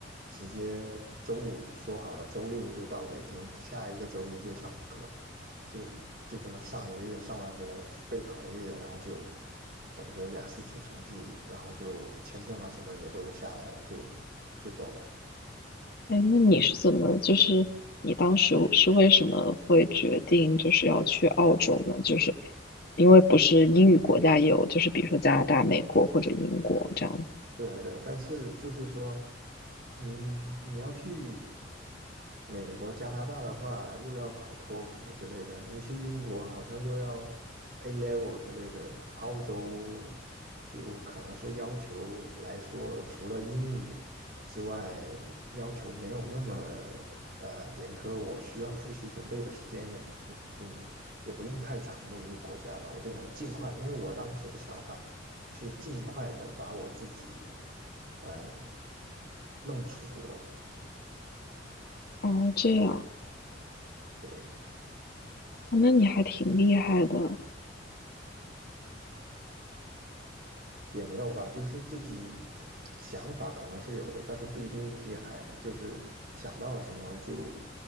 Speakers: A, on the right (about 50°); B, on the left (about 55°).
A: 直接周五说好了，周六就到北京，下一个周一就上课，就就这么上一个月，上完回来备考一个月，然后就等着雅思出成绩，然后就签证啊什么也都下来了，就就走了。
B: 哎，那你是怎么，就是你当时是为什么会决定就是要去澳洲呢？就是因为不是英语国家也有，就是比如说加拿大、美国或者英国这样子。
A: 对对，但是就是说，嗯，你要去。美国、加拿大的话，又要考托福之类的；你去英国，好像又要 A level 之类的。澳洲就可能是要求来说，除了英语之外，要求没有那么呃严苛。我需要复习准备的时间也不嗯也不用太长的一个国家吧，我就能尽快。因为我当时的想法是尽快的把我自己嗯、弄出国。
B: 哦，这样，
A: 对。
B: 哦那你还挺厉害的。
A: 也没有吧，就是自己想法可能是有的，但是不一定厉害了。就是想到了什么就